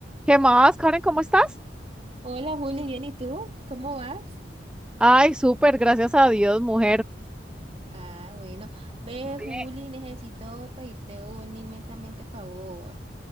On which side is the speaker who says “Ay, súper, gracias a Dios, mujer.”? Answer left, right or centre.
Centre